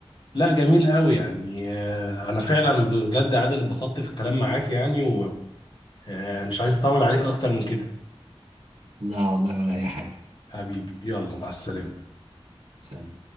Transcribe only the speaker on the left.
لا جميل قوي يعني آه، انا فعلا بجد عادل اتبسطت في الكلام معاك يعني ومش عايز اطول عليك اكتر من كده
حبيبي يلا مع السلامة